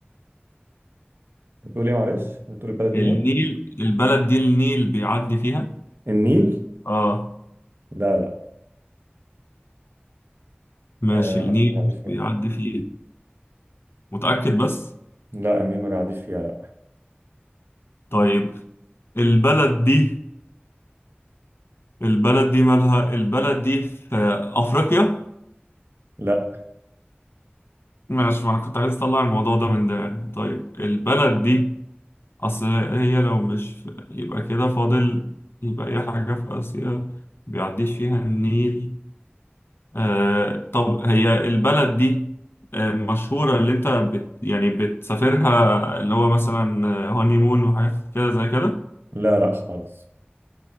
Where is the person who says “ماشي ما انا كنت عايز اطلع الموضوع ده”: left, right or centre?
Left